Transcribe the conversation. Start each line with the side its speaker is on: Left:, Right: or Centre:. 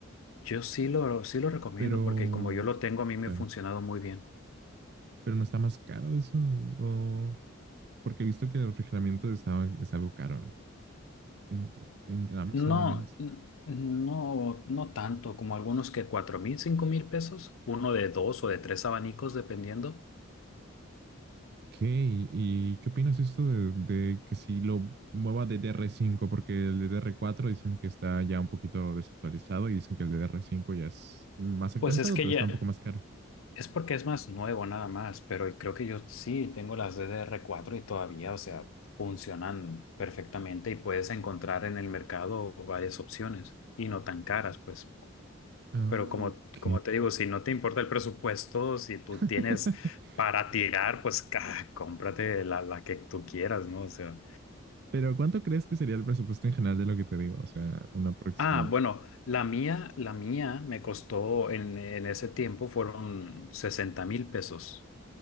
Left: yo sí lo, sí lo recomiendo
Right: pero,
Left: porque como yo lo tengo a mí me
Right: claro,
Left: ha funcionado muy bien.
Right: pero no está más caro eso, o... Porque he visto que el refrigeramiento estaba, es algo caro en, en, en Amazon
Left: No,
Right: al menos.
Left: n- no, no tanto como algunos que cuatro mil, cinco mil pesos, uno de dos o de tres abanicos dependiendo.
Right: ¿Qué? ¿Y qué opinas esto de, de que si lo mueva de dr cinco? Porque el ddr cuatro dicen que está ya un poquito desactualizado y dicen que el ddr cinco ya es más actualizado,
Left: Pues es que
Right: pero
Left: ya.
Right: está un poco más caro.
Left: Es porque es más nuevo nada más, pero creo que yo sí tengo las ddr cuatro y todavía, o sea, funcionan perfectamente y puedes encontrar en el mercado varias opciones y no tan caras, pues.
Right: Ah,
Left: Pero como,
Right: ok.
Left: como te digo, si no te importa el presupuesto, si tú
Right: <laughs>
Left: tienes para tirar, pues <laughs> ca- cómprate la, la que tú quieras, ¿no? O sea.
Right: Pero ¿cuánto crees que sería el presupuesto en general de lo que te digo? O sea, un aproximado.
Left: Ah, bueno, la mía, la mía me costó en, en ese tiempo fueron sesenta mil pesos.